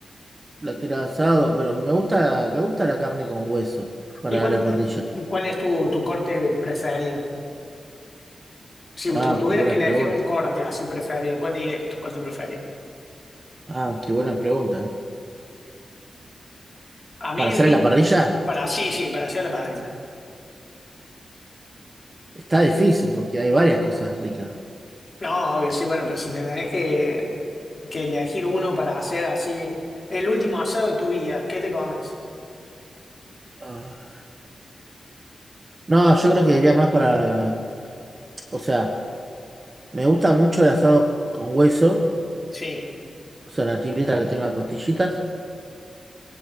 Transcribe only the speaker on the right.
La tira de asado, pero me gusta, me gusta la carne con hueso para
la parrilla.
Ah,
qué buena
pregunta.
Ah, qué buena pregunta, ¿eh?
Para
hacer
en la parrilla
está difícil porque hay varias cosas ricas.
Ah, No, yo creo que iría más para, o sea. Me gusta mucho el asado con hueso,
o sea, la tigrita que tenga costillitas.